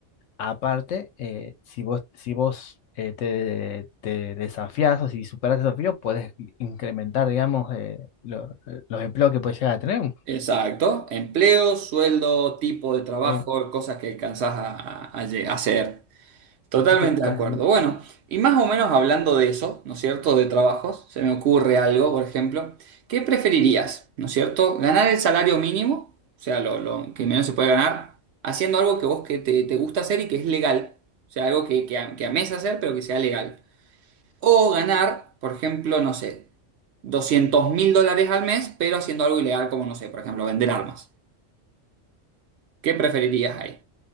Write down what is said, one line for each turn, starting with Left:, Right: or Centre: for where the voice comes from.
Left: Aparte, eh, si vos, si vos eh, te, te desafías o si superas el desafío, puedes i- incrementar, digamos, eh, lo- eh, los empleos que puedes llegar a tener.
Right: Exacto. Empleo, sueldo, tipo de trabajo,
Left: Sí,
Right: cosas que alcanzás a, a- a lle- a hacer. Totalmente
Left: Así que, con-
Right: de acuerdo. Bueno, y más o menos hablando de eso, ¿no es cierto? De trabajos, se me ocurre algo, por ejemplo, ¿qué preferirías, ¿no es cierto? ¿Ganar el salario mínimo, o sea, lo, lo que menos se puede ganar, haciendo algo que vos que te, te gusta hacer y que es legal, o sea, algo que, que, a- que ames hacer pero que sea legal? O ganar, por ejemplo, no sé, doscientos mil dólares al mes, pero haciendo algo ilegal como, no sé, por ejemplo, vender armas. ¿Qué preferirías ahí?